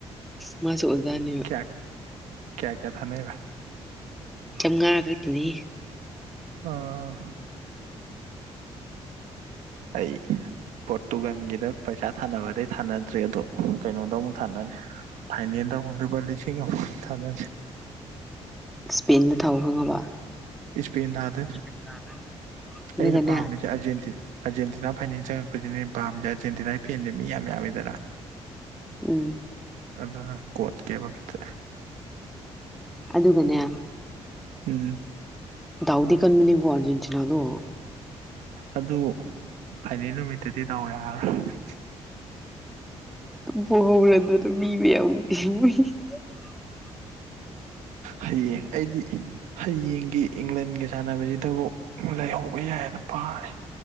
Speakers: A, in the centre; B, on the right (about 90°).
A: ꯃꯥꯁꯨ ꯑꯣꯖꯥꯅꯤꯕ
B: ꯀꯌꯥ ꯀꯌꯥ ꯀꯌꯥ ꯊꯅꯩꯕ
A: ꯆꯥꯝꯉꯥ ꯈꯛꯇꯅꯤ
B: ꯑꯥ ꯑꯩ ꯄꯣꯠꯇꯨꯒꯟꯒꯤꯗ ꯄꯩꯁꯥ ꯊꯥꯅꯕꯗꯩ ꯊꯥꯅꯗ꯭ꯔꯤ ꯑꯗꯣ ꯀꯩꯅꯣꯗ ꯑꯃꯨꯛ ꯊꯥꯅꯅꯤ ꯐꯥꯏꯅꯦꯜꯗ ꯑꯃꯨꯛ ꯂꯨꯄꯥ ꯂꯤꯁꯤꯡ ꯑꯃꯨꯛ ꯊꯥꯅꯅꯤ
A: ꯏꯁꯄꯦꯟꯗ ꯊꯥꯎ ꯈꯪꯉꯕ
B: ꯏꯁꯄꯦꯟ ꯊꯥꯗꯣꯏꯅꯤ
A: <unintelligible> ꯑꯗꯨꯒꯅꯦ
B: ꯑꯩꯅ ꯄꯥꯝꯃꯤꯁꯦ ꯑꯥꯔꯖꯦꯟꯇꯤ ꯑꯥꯔꯖꯦꯟꯇꯤꯅꯥ ꯐꯥꯏꯅꯦꯜ ꯆꯪꯉꯛꯄꯁꯤꯅꯦ ꯑꯩꯅ ꯄꯥꯝꯃꯤꯁꯦ ꯑꯔꯖꯦꯟꯇꯤꯅꯥꯒꯤ ꯐꯦꯟꯗ ꯃꯤ ꯌꯥꯝ ꯌꯥꯝꯃꯤꯗꯅ
A: ꯎꯝ
B: ꯑꯗꯨꯅ ꯀꯣꯠ ꯀꯦꯕ ꯕꯤꯠꯇ
A: ꯑꯗꯨꯒꯅꯦ
B: ꯎꯝ
A: ꯗꯥꯎꯗꯤ ꯀꯟꯕꯅꯤꯀꯣ ꯑꯔꯖꯦꯟꯇꯤꯅꯗꯣ
B: ꯑꯗꯨ ꯐꯥꯏꯅꯦꯜ ꯅꯨꯃꯤꯠꯇꯗꯤ ꯗꯥꯎ ꯌꯥꯔꯔꯣꯏ
A: ꯄꯣꯍꯧꯔꯖꯨ ꯃꯤ ꯃꯌꯥꯝꯒꯤ <unintelligible> <inaudible>
B: ꯍꯌꯦꯡ ꯑꯩꯗꯤ ꯍꯌꯦꯡꯒꯤ ꯏꯪꯂꯦꯟꯒꯤ ꯁꯥꯟꯅꯕꯁꯤꯇꯕꯨ ꯂꯩꯍꯧꯕ ꯌꯥꯏꯌꯦꯅ ꯄꯔꯤ